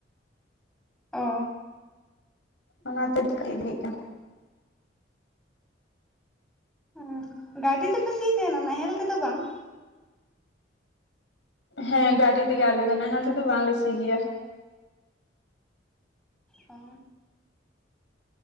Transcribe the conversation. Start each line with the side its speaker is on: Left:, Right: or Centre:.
Centre: ᱚ᱾
Left: ᱚᱱᱟᱛᱮ <unintelligible>
Centre: ᱦᱮᱸ ᱜᱟᱹᱰᱤ ᱛᱮ ᱯᱮ ᱥᱤᱭ ᱛᱟᱦᱮᱱᱟ ᱱᱟᱦᱮᱞ ᱛᱮᱫᱚ ᱵᱟᱝ᱾
Left: ᱦᱮᱸ ᱜᱟᱹᱰᱤ ᱛᱮᱜᱮ ᱟᱞᱮ ᱫᱚ ᱱᱟᱦᱮᱞ ᱛᱮᱫᱚ ᱵᱟᱝᱞᱮ ᱥᱤ ᱜᱮᱭᱟ᱾
Centre: ᱚ᱾